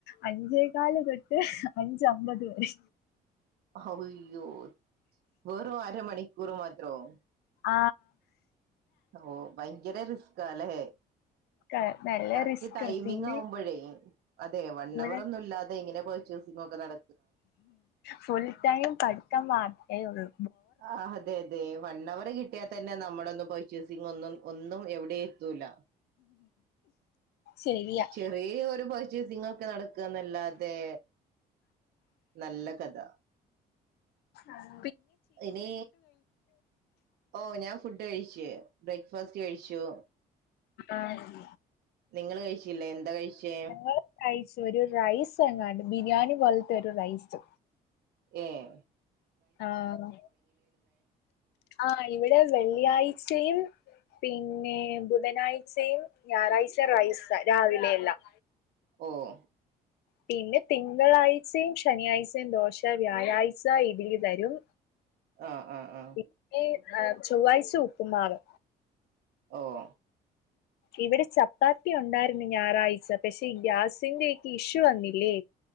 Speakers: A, on the left; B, on the right.
A: അഞ്ചേകല് തൊട്ട് അഞ്ച അമ്പത് വരെ
B: അയ്യോ വെറും അര മണിക്കൂർ മാത്രം
A: ആ
B: ഓ ഭയങ്കര റിസ്ക് അലേ
A: ക നല്ല
B: കറക്റ്റ്
A: റിസ്കാ
B: ടൈമിംഗ്ആവുമ്പോഴേ
A: പിന്നെ
B: അതെ വൺവർ
A: ഇവിടെ
B: ഒന്നുംല്ലാതെ എങ്ങനെ ർച്ചേഴസിങൊക്കെ നട
A: ഫുൾ ടൈം പഠിത്തം മാത്രഉള്ളൂ
B: ആഹ് അതെ അതെ വൺ അവർ കി ട്ടിയാ തന്നെ നമ്മുടെ ഒന്നും പർച്ചേസിംഗ് ഒന്നും ഒന്നും എവിടേം എത്തൂല്ല
A: ശരിയാ.
B: ചെറിയ ഒരു പ സിംഗ് ഒക്കെ നടക്കുക എന്നല്ലാതെ നല്ല കഥ
A: ആഹ്
B: ഇനി ഓ ഞാൻ ഫുഡ് കഴിച്ച് ബ്രേക്ക്ഫാസ്റ്റ് കഴിച്ചു
A: ആഹ്
B: നിങ്ങള് കഴിച്ചില്ലേ എന്താ കഴിച്ചേ
A: ഞങ്ങൾ കഴിച്ചു ഒരു റൈസ് എങ്ങാണ്ട് ബിരിയാണി പോലത്തെ ഒരു റൈസ്
B: ഏഹ്
A: ആഹ് ആഹ് ഇവിടെ വെള്ളിയാഴ്ചയും പിന്നെ ബുധനാഴ്ചയും ഞായറാഴ്ച റൈസാ രാവിലെ എല്ലാം
B: ഓഹ്
A: പിന്നെ തിങ്കളാഴ്ചയും ശനിയാഴ്ചയും ദോശ വ്യാഴാഴ്ച ഇഡലി തരും
B: ആഹ് ആഹ് ആഹ്
A: പിന്നെ ആഹ് ചൊവ്വാഴ്ച ഉപ്പുമാവ്
B: ഓഹ്
A: ഇവിടെ ചപ്പാത്തി ഉണ്ടായിരുന്നു ഞായറാഴ്ച പക്ഷേ ഗ്യാസിന്റെ ഒക്കെ ഇഷ്യൂ വന്നില്ലേ